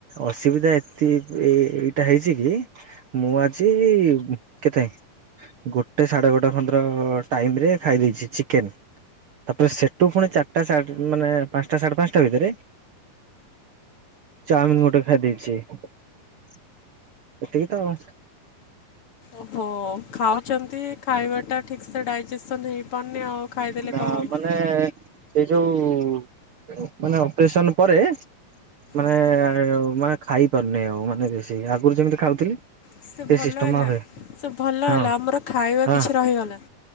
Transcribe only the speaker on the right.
ଅସୁବିଧା ଏଥିପ୍ ଏଇ ଏଇଟା ହେଇଚି କି ମୁଁ ଆଜି ଉଁ କେତେ ଗୋଟେ ସାଢେ ଗୋଟେ ଖନ୍ଦ୍ର ଟାଇମରେ ଖାଇ ଦେଇଛି ଚିକେନେ। ତାପରେ ସେଠୁ ପୁଣି ଚାରଟା ସାଡ୍ ଉଁ ମାନେ ପାଂଶଟା ସାଡ୍ ପାଂଶଟା ଭିତେରେ ଚାଉମିିନ୍ ଗୋଟେ ଖାଇଦେଇଛି ଏତିକି ତ ଆଉ।
ନା
ମାନେ ଏଇ ଯୋଉ ମାନେ ଅପରେସନ୍ ପରେ ମାନେ
ମାନେ ଖାଇପାରୁନି ଆଉ ମାନେ ବେଶୀ ଆଗୁରୁ ଯେମିତି ଖାଉଥିଲି
ସିଷ୍ଟମ
ହୁଏ
ହଁ
ହଁ